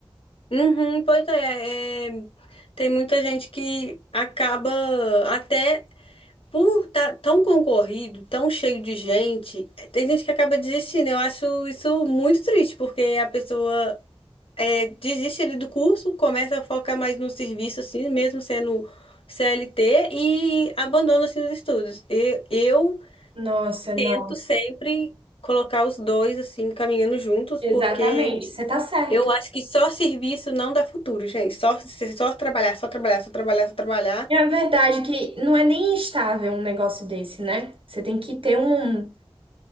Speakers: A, on the left; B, on the right.
A: Uhum, pois é, é, tem muita gente que acaba até por estar tão concorrido, tão cheio de gente, tem gente que acaba desistindo. Eu acho isso muito triste, porque a pessoa é, desiste ali do curso, começa a focar mais no serviço, assim, mesmo sendo CLT, e abandona, assim, os estudos. E eu
B: Nossa, não.
A: tento sempre colocar os dois, assim, caminhando juntos,
B: Exatamente,
A: porque
B: você tá certa.
A: eu acho que só serviço não dá futuro, gente. Só, só trabalhar, só trabalhar, só trabalhar, só trabalhar.
B: É a verdade é que não é nem estável um negócio desse, né? Você tem que ter um